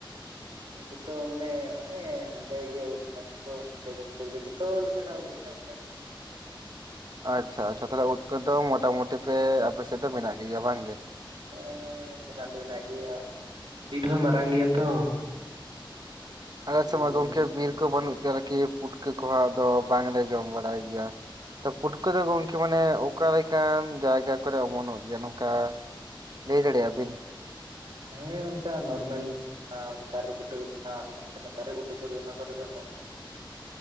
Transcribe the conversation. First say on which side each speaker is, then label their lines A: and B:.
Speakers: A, on the right; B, on the right.
A: ᱡᱚᱛᱚ ᱢᱟᱱᱮ ᱚᱱᱮ ᱦᱮᱸᱫᱮ ᱜᱮ ᱩᱵ ᱧᱟᱢᱚᱜ ᱫᱚ ᱦᱮᱸᱫᱮ ᱜᱮᱮ ᱯᱩᱲᱜᱮ ᱡᱚᱛᱚ ᱞᱮᱠᱟᱱᱟᱜ ᱩᱵ ᱜᱮ ᱧᱟᱢᱚᱜ ᱠᱟᱱᱟ᱾
B: ᱟᱪᱪᱷᱟ ᱟᱪᱪᱷᱟ ᱛᱟᱦᱚᱞᱮ ᱩᱫ ᱠᱟᱹ ᱫᱚ ᱢᱚᱴᱟᱢᱩᱴᱤ ᱯᱮ ᱟᱯᱮ ᱥᱮᱫ ᱫᱚ ᱢᱮᱱᱟᱜ ᱜᱮᱜᱭᱟ ᱵᱟᱝ ᱜᱮ᱾
A: ᱦᱮᱸ ᱢᱮᱱᱟᱜ ᱫᱚ ᱢᱮᱱᱟᱜ ᱜᱮᱭᱟ ᱵᱤᱨ ᱦᱚᱸ ᱢᱟᱨᱟᱝ ᱜᱮᱭᱟ ᱛᱚ
B: ᱟᱞᱮ ᱥᱮᱫ
A: ᱩᱫ
B: ᱢᱟ
A: ᱫᱚ
B: ᱜᱚᱢᱠᱮ
A: ᱧᱟᱢᱚᱜ ᱠᱟᱱ
B: ᱵᱤᱨ
A: ᱜᱮᱭᱟ
B: ᱠᱚ ᱵᱟᱹᱱᱩᱜ ᱛᱮ ᱟᱨᱠᱤ ᱯᱩᱴᱠᱟᱹ ᱠᱚᱦᱚᱸ ᱟᱫᱚ ᱵᱟᱝᱞᱮ ᱡᱚᱢ ᱵᱟᱲᱟᱭ ᱜᱮᱭᱟ᱾ ᱛᱚ ᱯᱩᱴᱠᱟᱹ ᱫᱚ ᱜᱚᱝᱠᱮ ᱢᱟᱱᱮ ᱚᱠᱟ ᱞᱮᱠᱟᱱ ᱡᱟᱭᱜᱟ ᱠᱚᱨᱮ ᱚᱢᱚᱱᱚᱜ ᱜᱮᱭᱟ? ᱱᱚᱝᱠᱟ ᱞᱟᱹᱭ ᱫᱟᱲᱮᱭᱟᱜ ᱵᱤᱱ
A: ᱦᱮᱸ ᱚᱱᱠᱟ ᱱᱚᱨᱢᱮᱞ ᱚᱱᱟ ᱫᱟᱨᱮ ᱵᱩᱴᱟᱹ ᱡᱟᱦᱟᱸ ᱱᱟᱥᱮᱱᱟᱜ ᱫᱟᱨᱮ ᱵᱩᱴᱟᱹ ᱠᱚᱨᱮ ᱚᱱᱟ ᱠᱚᱨᱮᱜᱮ ᱮᱢᱚᱱᱚᱜ ᱛᱟᱦᱮᱱᱟ ᱾